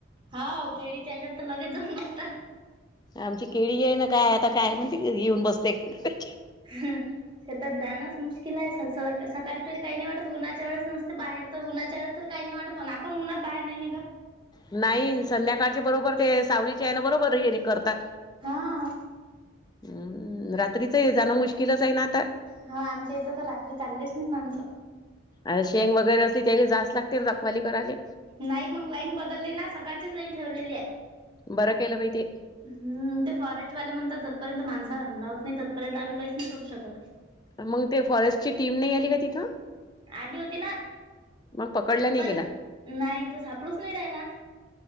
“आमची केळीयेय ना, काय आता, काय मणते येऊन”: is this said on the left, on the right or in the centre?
Left